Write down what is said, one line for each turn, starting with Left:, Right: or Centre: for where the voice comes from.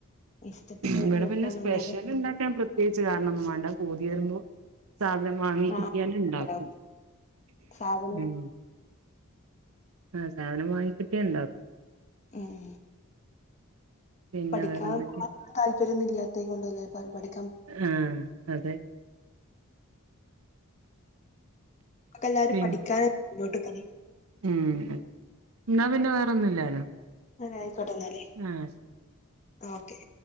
Left: ഇഷ്ടത്തിന്
Right: ഇവിടെ
Left: നോക്കാന്നല്ലാതെ
Right: പിന്നെ സ്പെഷ്യൽ ഇണ്ടാക്കാൻ പ്രത്യേകിച്ച് കാരണം ഒന്നും വേണ്ട പൂതി വരുമ്പം സാധനം വാങ്ങിക്കിട്ടിയാല്
Left: ആഹ്
Right: ഇണ്ടാക്കും
Left: സാധനങ്ങൾ
Right: ഉം ആഹ് സാധനം വാങ്ങിക്കിട്ട്യാ ഇണ്ടാക്കും
Left: ഉം
Right: പിന്നെ
Left: പഠിക്കാൻ
Right: വേറെന്തൊക്കെയാ
Left: താല്പര്യോന്നു ഇില്ലാതൈയ് കൊണ്ടന്നെ പഠി
Right: ആഹ് അതെ
Left: നമക്കെല്ലാരും
Right: പിൻ
Left: പഠിക്കാന മുന്നോട്ട് കറി
Right: ഉം അതെ ഇന്നാ പിന്നെ വേറൊന്നും ഇല്ലാലോ
Left: അതെ ആയിക്കോട്ടെന്നാല്
Right: ആഹ് ശരി
Left: ഓക്കെ